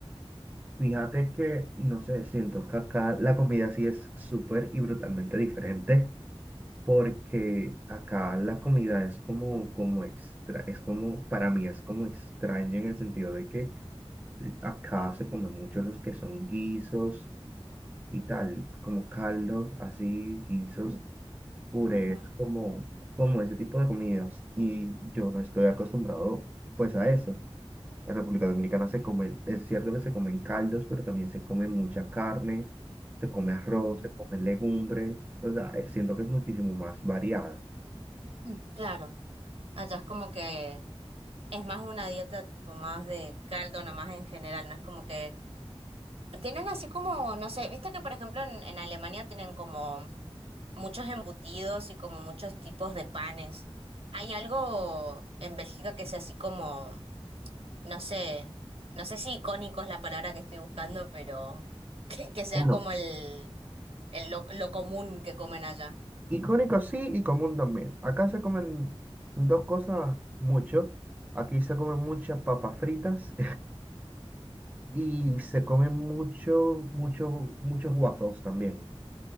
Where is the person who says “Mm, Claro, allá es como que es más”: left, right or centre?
Right